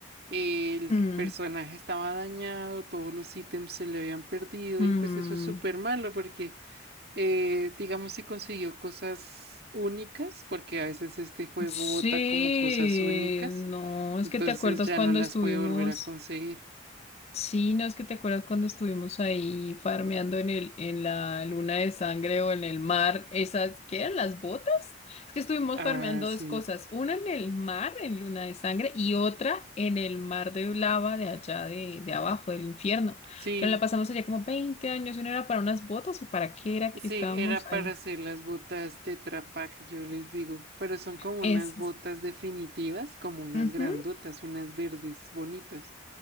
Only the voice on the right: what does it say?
el
personaje estaba dañado, todos los ítems se le habían perdido
y pues eso es súper malo porque, eh, digamos, si consiguió cosas únicas, porque a veces este juego
bota como cosas únicas.
Entonces
ya
no las
puede volver a conseguir.
Ah,
sí.
Sí,
sí,
era
para hacer las botas de Pak, yo les digo. Pero son como
unas botas definitivas, como unas
grandotas, unas verdes bonitas.